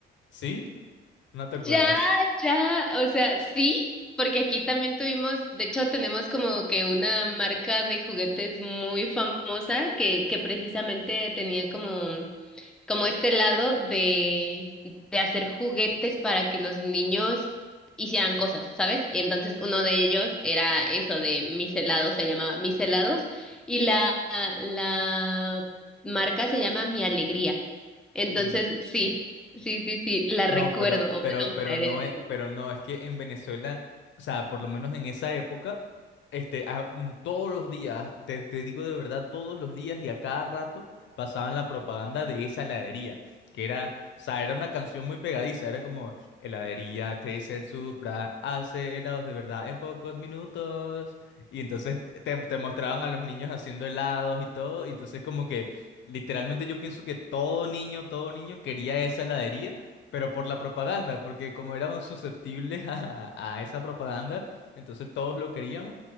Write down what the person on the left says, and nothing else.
¿Sí? ¿No te
acuerdas?
Mm.
No,
pero,
pero,
pero
no
es, pero no, es que en Venezuela, o sea, por lo menos en esa época, este, a- mm, todos los días, te, te digo de verdad, todos los días y a cada rato pasaban la propaganda de esa heladería, que era, o sea, era una canción muy pegadiza, era como, heladería Crazy el Supra hace helados de verdad en pocos minutos, y entonces te, te te mostraban a los niños haciendo helados y todo, y entonces como que, literalmente yo pienso que todo niño, todo niño quería esa heladería pero por la propaganda, porque como éramos susceptibles <laughs> a, a esa propaganda, entonces todos lo queríamos.